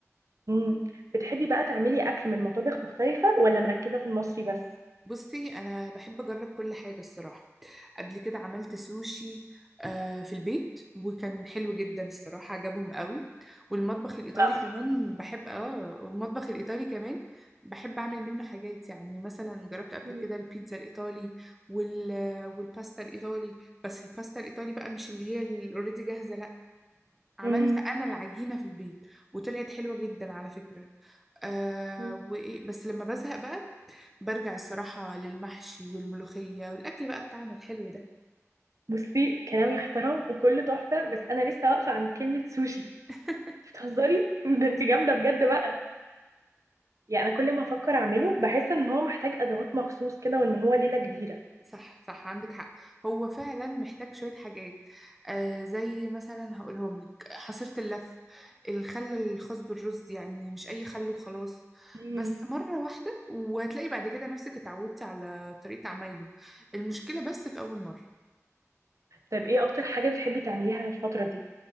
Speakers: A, on the right (about 80°); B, in the centre.
A: مم. بتحبي بقى تعملي اكل من مطابخ مختلفة ولا مركزة في المصري بس
B: بصي انا بحب اجرب كل حاجه الصراحه قبل كده عملت سوشي آه، في البيت وكان حلو جدا الصراحه عجبهم قوي والمطبخ الايطالي
A: واو
B: كمان بحب اه والمطبخ الايطالي كمان بحب اعمل منه حاجات يعني مثلا جربت قبل
A: مم.
B: كده البيتزا الايطالي وال والباستا الايطالي بس الباستا الايطالي بقى مش اللي هي الاوريدي جاهزه لا عملت
A: مم.
B: انا العجينه في البيت وطلعت حلوه جدا على فكره آه
A: مم.
B: وإيه بس لما بزهق بقى برجع الصراحة للمحشي والملوخية والأكل بقى بتاعنا الحلو ده
A: بصي كلام يحترم وكله تحفة بس أنا لسه واقفة عند كلمة سوشي
B: <laughs>
A: بتهزري <laughs> ده انت جامدة بجد بقى يعني أنا كل ما أفكر أعمله بحس إن هو محتاج أدوات مخصوص كده وإن هو ليلة كبيرة
B: صح صح عندك حق هو فعلا محتاج شوية حاجات آه زي مثلا هقولهم لك حصيرة اللف الخل الخاص بالرز يعني مش أي خل وخلاص
A: مم.
B: بس مرة واحدة وهتلاقي بعد كده نفسك اتعودتي على طريقة عمايله المشكلة بس في أول مرة
A: طيب إيه أكتر حاجة بتحبي تعمليها الفترة دي؟